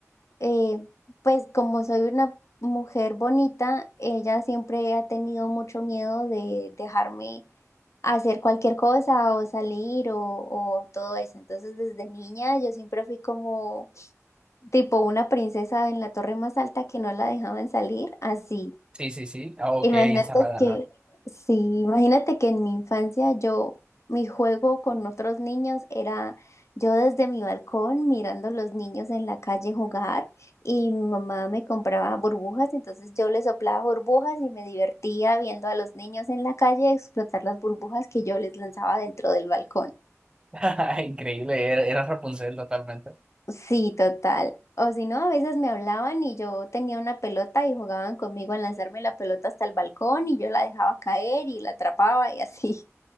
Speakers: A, on the left (about 65°); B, on the right (about 20°).
A: eh, pues como soy una mujer bonita, ella siempre ha tenido mucho miedo de dejarme hacer cualquier cosa o salir o, o todo eso. Entonces desde niña yo siempre fui como tipo una princesa en la torre más alta que no la dejaban salir, así.
B: Sí, sí, sí. Ah, Ok,
A: Imagínate
B: encerrada,
A: que,
B: ¿no?
A: sí, imagínate que en mi infancia yo, mi juego con otros niños era yo desde mi balcón mirando a los niños en la calle jugar y mi mamá me compraba burbujas, entonces yo les soplaba burbujas y me divertía viendo a los niños en la calle explotar las burbujas que yo les lanzaba dentro del balcón.
B: <laughs> Increíble, era, era Rapunzel totalmente.
A: Sí, total. O si no, a veces me hablaban y yo tenía una pelota y jugaban conmigo a lanzarme la pelota hasta el balcón y yo la dejaba caer y la atrapaba y así.